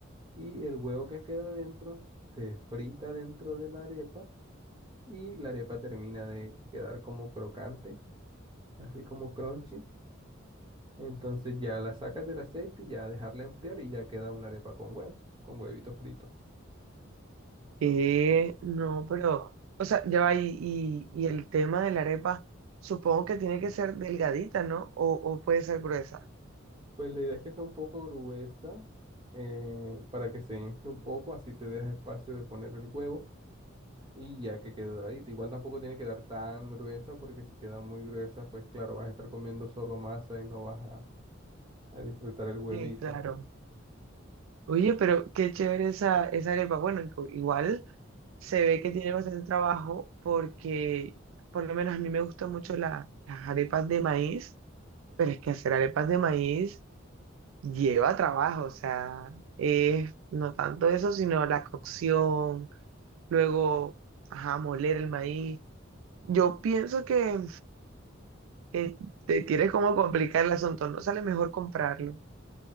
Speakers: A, on the right; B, on the right.
A: Y el huevo que queda dentro se frita dentro de la arepa y la arepa termina de quedar como crocante, así como crunchy. Entonces ya la sacas del aceite y ya dejarla enfriar y ya queda una arepa con huevo, con huevito frito.
B: Eh, no, pero, o sea, ya va, y, y- y el tema de la arepa, supongo que tiene que ser delgadita, ¿no? O, o puede ser gruesa.
A: Pues la idea es que sea un poco gruesa eh, para que se infle un poco, así te deja espacio de poner el huevo y ya que quede doradita. Igual tampoco tiene que quedar tan gruesa porque si queda muy gruesa, pues claro, vas a estar comiendo solo masa y no vas a, a disfrutar el huevito.
B: Sí, claro. Oye, pero qué chévere esa, esa arepa. Bueno, igu- igual se ve que tiene bastante trabajo porque, por lo menos a mí me gustan mucho la- las arepas de maíz Pero es que hacer arepas de maíz lleva trabajo, o sea, es no tanto eso, sino la cocción, luego, ajá, moler el maíz. Yo pienso que, que te quieres como complicar el asunto, no sale mejor comprarlo.